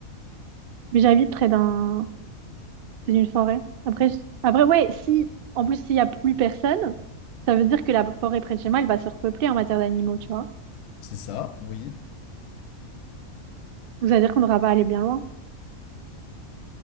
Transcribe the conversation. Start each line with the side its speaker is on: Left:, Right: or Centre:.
Right: Mais j'habite près d'un C'est une forêt. Après, je- après, ouais, si, en plus, s'il y a plus personne, ça veut dire que la forêt près de chez moi, elle va se repeupler en matière d'animaux, tu vois.
Left: C'est ça, oui.
Right: Donc, ça veut dire qu'on n'aura pas à aller bien loin.